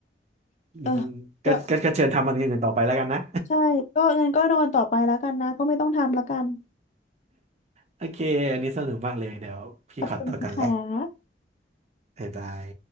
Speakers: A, on the right (about 40°); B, on the left (about 40°).
A: <laughs> อืมก็ก็ก็เชิญทำอันอื่นต่อไปแล้วกันนะ
B: เออก็ใช่ก็งั้นก็นอนต่อไปแล้วกันนะก็ไม่ต้องทำแล้วกัน
A: โอเค อันนี้สนุกมากเลย เดี๋ยวพี่ขอตัวกันแหละ
B: ขอบคุณนะคะ
A: บ๊ายบาย